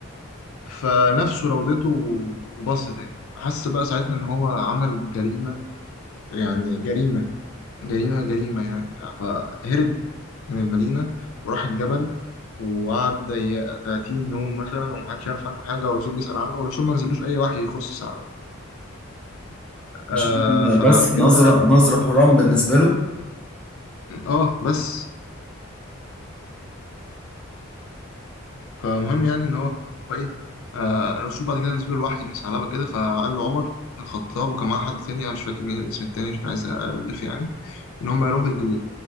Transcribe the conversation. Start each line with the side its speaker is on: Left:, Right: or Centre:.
Left: فنفسه راودته وبص تاني حس بقى ساعتها إن هو عمل جريمة يعني جريمة جريمة جريمة يعني فهرب من المدينة وراح الجبل وقعد دي- 30 يوم مثلا ومحدش يعرف عنه حاجة والرسول بيسأل عنه والرسول ما نزلوش أي وحي يخص سعد آه
Centre: مش دي
Left: فبعد
Centre: بس
Left: كده
Centre: نظره نظره حرام بالنسبه له
Left: اه بس فمهم يعني ان هو ايه آه الرسول بعد كده نزل له الوحي ان ثعلبه كده فقال له عمر بن الخطاب وكان معاه حد تاني انا مش فاكر مين الاسم التاني مش عايز الف يعني ان هم يروحوا يجيبوه